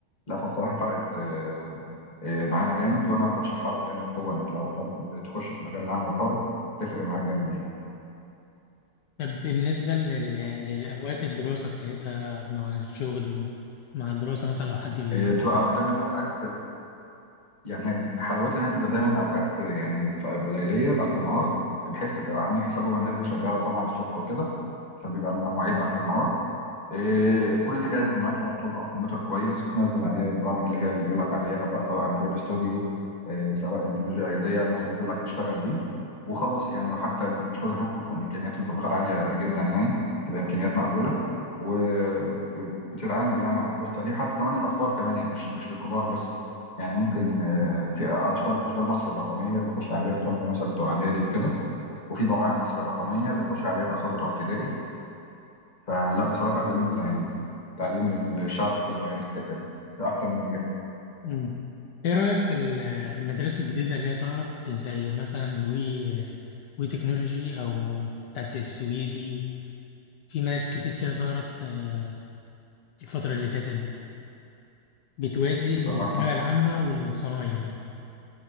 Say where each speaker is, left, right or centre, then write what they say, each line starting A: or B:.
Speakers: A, on the left; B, on the left.
A: لا فبصراحه فرقت آه، آه، معانا جامد وانا برشحها لك يعني بقوه انك لو حابب تخش في مجال العمل الحر تفرق معاك جامد يعني
B: طب بالنسبة لل... للأوقات الدراسة بتاعتها مع الشغل مع الدراسة مثلا لو حد بي...
A: آه، بتبقى دايما اوقات يعني هي حلاوتها انها تبقى دايما اوقات يعني في- بليليه اخر النهار بحيث يبقى عاملين حسابهم الناس دي شغاله طبعا الصبح وكده فبيبقى المواعيد اخر النهار إيه، كل الحكايه يكون معاك لابتوب او كمبيوتر كويس بتنزل عليه البرامج اللي هي اللي بيقول لك عليها بقى سواء اندرويد ستوديو إيه، سواء انتليجي ايديا مثلا بيقول لك اشتغل بيه وخلاص يعني وحتى مش لازم حتى تكون امكانيات الكمبيوتر عاليه جدا يعني تبقى امكانيات مقبوله وبتتعامل يعني على القصه دي حتى كمان الاطفال كمان يعني مش مش للكبار بس يعني ممكن آه، في اشبال اشبال مصر الرقميه بيخش عليها الطلبه مثلا بتوع اعدادي وكده وفي براعم مصر الرقميه بتخش عليها الاطفال بتوع ابتدائي فلا بصراحة جميلة يعني تعليم للشعب كله يعني في الحتة دي في أكتر من مجال
B: مم. ايه رأيك في ال- المدارس الجديدة اللي هي ظهرت زي مثلا وي وي تكنولوجي او بتاعت السويدي في مدارس كتير كده ظهرت آه، الفترة اللي فاتت دي بتوازي
A: بصراحة
B: الثانوية العامة والصنايع يعني